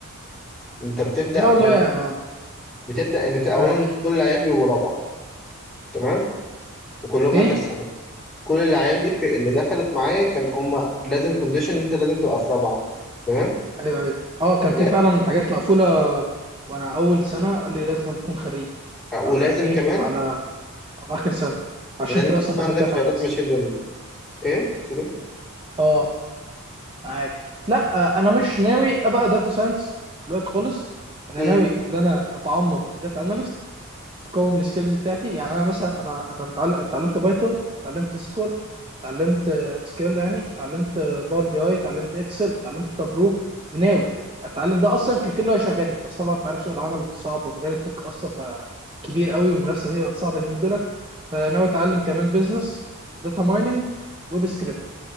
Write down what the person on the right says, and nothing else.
لا والله انا
معاك
ايه
ايوه ايوه اه كان
في فعلا حاجات مقفوله وانا اول سنه قال لي لازم تكون خريج
او يعني ايه
على على اخر سنه عشان
كده
اصلا دخلت
داتا
اناليست
اه معاك لا آه، انا مش ناوي ابقى داتا ساينس دلوقتي خالص انا
ناوي ان انا اتعمق في داتا اناليست اقوم السكيلز بتاعتي يعني انا مثلا انا انا متعلم اتعلمت بايثون اتعلمت سيكوال اتعلمت سكيول يعني اتعلمت باور بي اي اتعلمت اكسل اتعلمت تابلو وناوي اتعلم ده اصلا كفيل اللي هو يشغلني بس طبعا انت عارف سوق العمل صعب ومجال التك اصلا بقى كبير قوي والمنافسه فيه بقت صعبه اليومين دولت فناوي اتعلم كمان بزنس وداتا مايننج ويب سكريبنج